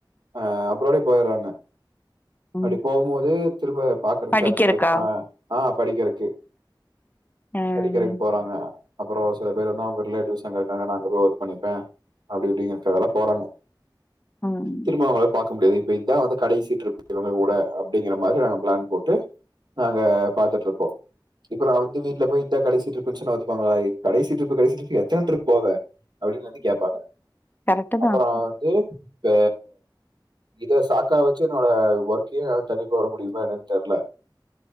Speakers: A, on the right; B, on the left.
A: ஆ அப்ரப்டியே போயிடுறாங்க
B: ம்.
A: அப்டி போம்போது திரும்ப பாக்ரதுக்
B: படிக்கிறக்கா?
A: சான்ஸ் கெடக்குமா ஆ படிக்கறக்கு
B: ம்
A: படிக்கிறக்கு போறாங்க அப்றோ சில பேர் என்னா அவுங்க ரிலேட்டிவ்ஸ் அங்க இருக்காங்க நாங்க போய் ஒர்க் பண்ணிப்பே அப்டி இப்டிங்கிறதுக்காகலா போறாங்க
B: ம்.
A: திரும்ப அவங்கள பாக்க முடியாது இப்ப இத்தா வந்து கடைசி ட்ரிப் இவங்க கூட அப்டிங்கிற மாரி நாங்க பிளான் போட்டு நாங்க பாத்துட்ருக்கோ இப்ப நா வந்து வீட்டுல போய் இதா கடைசி ட்ரிபுனு சொன்னா ஒத்துப்பாங்களா இ கடைசி ட்ரிப் கடைசி ட்ரிபுனு எத்தன ட்ரிப் போவ அப்டினு வந்து கேப்பாங்க
B: கரெக்ட்டு
A: அப்பறோ
B: தான்.
A: வந்து இப்ப இத சாக்கா வச்சு என்னோட ஒர்க்கே என்னால கன்டிப்பா விட முடியுமா என்னனு தெர்ல